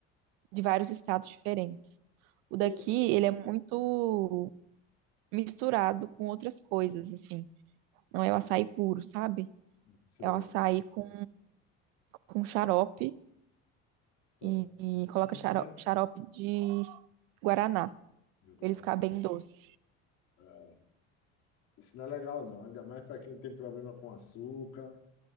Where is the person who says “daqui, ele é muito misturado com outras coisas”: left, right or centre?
Right